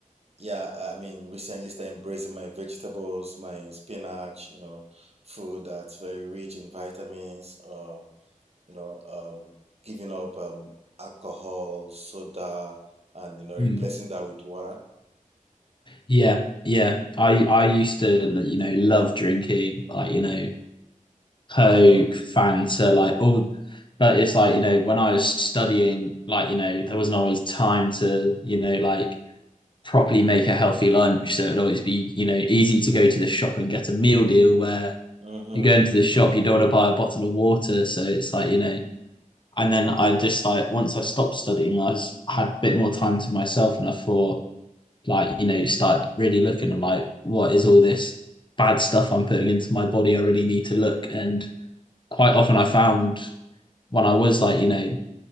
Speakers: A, on the right (about 50°); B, on the left (about 35°).
A: yeah, I mean, recently started embracing my vegetables, my spinach, you know, food that's very rich in vitamins, um, you know, um, giving up um, alcohol, soda, and, you know, replacing
B: Mm.
A: that with water.
B: Yeah, yeah. I I used to, like, you know, love drinking, like, you know, Coke,
A: Oh,
B: Fanta, like all. But it's like, you know, when I was studying, like, you know, there wasn't always time to, you know, like properly make a healthy lunch. So it'd always be, you know, easy to go to the shop and get a meal deal where
A: mm-hmm.
B: you go into the shop, you don't want to buy a bottle of water. So it's like, you know, And then I just like once I stopped studying, I was, I had a bit more time to myself, and I thought, like, you know, you start really looking at like what is all this bad stuff I'm putting into my body? I really need to look. And quite often, I found when I was like, you know,